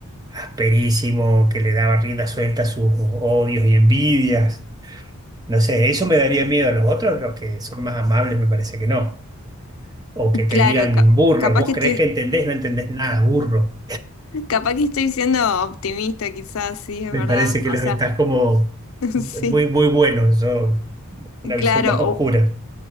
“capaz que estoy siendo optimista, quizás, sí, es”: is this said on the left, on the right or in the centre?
Left